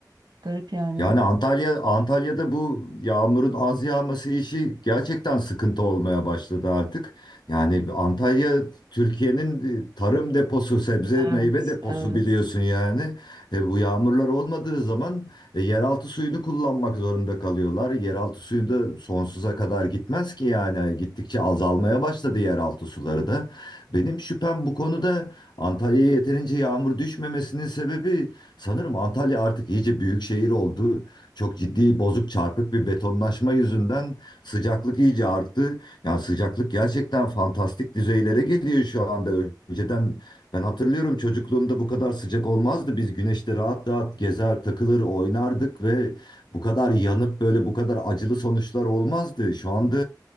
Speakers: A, on the right; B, on the left.
A: Garip yani.
B: Yani Antalya Antalya'da bu yağmurun az yağması işi gerçekten sıkıntı olmaya başladı artık. Yani Antalya Türkiye'nin e, tarım deposu, sebze
A: Evet,
B: meyve deposu
A: evet.
B: biliyorsun yani. E, bu yağmurlar olmadığı zaman e, yeraltı suyunu kullanmak zorunda kalıyorlar. Yeraltı suyu da sonsuza kadar gitmez ki yani E, gittikçe azalmaya başladı yeraltı suları da. Benim şüphem bu konuda Antalya'ya yeterince yağmur düşmemesinin sebebi Sanırım Antalya artık iyice büyük şehir oldu. Çok ciddi bozuk çarpık bir betonlaşma yüzünden sıcaklık iyice arttı. Yani sıcaklık gerçekten fantastik düzeylere geliyor şu anda. Önceden ben hatırlıyorum çocukluğumda bu kadar sıcak olmazdı. Biz güneşte rahat rahat gezer, takılır, oynardık ve bu kadar yanıp böyle bu kadar acılı sonuçlar olmazdı. Şu anda